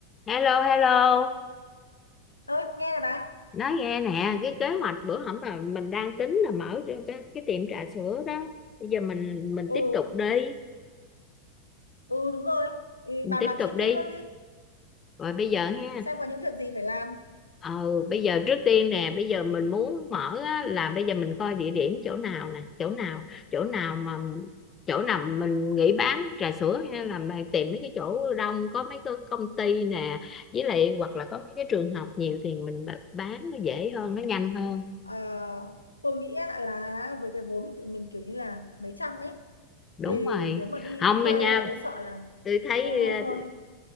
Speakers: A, on the left; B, on the left.
A: Hello, hello.
B: ơi nghe này bà
A: Nói nghe nè, cái kế hoạch bữa hổm mà mình đang tính là mở cái, cái cái tiệm trà sữa đó. Bây giờ mình mình
B: ừ
A: tiếp tục đi,
B: ừ đúng rồi ừ,
A: mình
B: bàn
A: tiếp
B: bạc
A: tục
B: chi
A: đi.
B: tiết luôn đi
A: Rồi bây giờ ha.
B: xem có những việc gì phải làm
A: Ờ bây giờ trước tiên nè, bây giờ mình muốn mở á, là bây giờ mình coi địa điểm chỗ nào nè, chỗ nào, chỗ nào mà chỗ nào mình nghĩ bán trà sữa hay là mà tìm mấy cái chỗ đông có mấy cái công ty nè, với lại hoặc là có mấy cái trường học nhiều thì mình bán nó dễ hơn, nó nhanh hơn.
B: Ờ, tôi nghĩ á, là với cái vốn của tụi mình kiểu như là mấy trăm ấy
A: đúng
B: thì
A: rồi
B: nếu mà đi
A: không
B: thuê
A: mà nha
B: là tôi sợ là
A: tôi thấy
B: hơi hơi hơi
A: ờ,